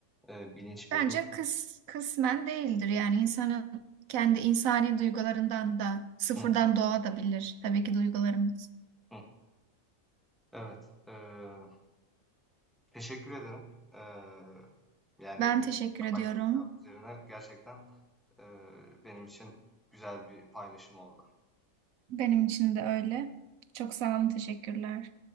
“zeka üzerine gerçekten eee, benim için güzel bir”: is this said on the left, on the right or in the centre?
Centre